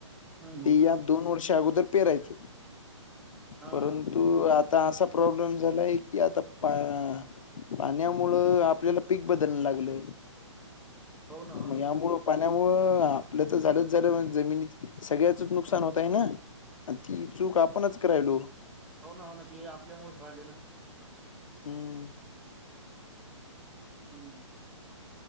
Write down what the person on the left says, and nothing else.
ते
या दोन वर्षा अगोदर पेरायचो,
परंत
तू आता असा प्रॉब्लेम झालाय की आता पा पाण्यामुळ आपल्याला पीक बदलण लागलं,
मग यामुळ पाण्यामुळ आपलं तर झालंच झालं जमिनी सगळ्याचच नुकसान होत आहे ना? आणि ती चूक आपणच करायलो.
हम्म.